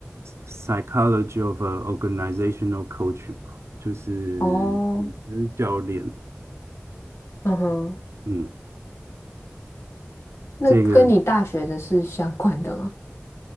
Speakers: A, on the right; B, on the left.
A: ，Psychology of a Organizational Coaching 嘛就是组织教练。
B: 哦，嗯哼，
A: 嗯，
B: 那跟你大学的是相关的吗？
A: 这个